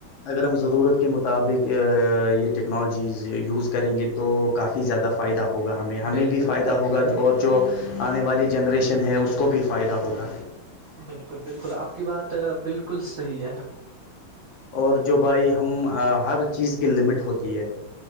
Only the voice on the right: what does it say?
ہے
بالکل
بالکل
بالکل بالکل آپ کی بات بالکل صحیح ہے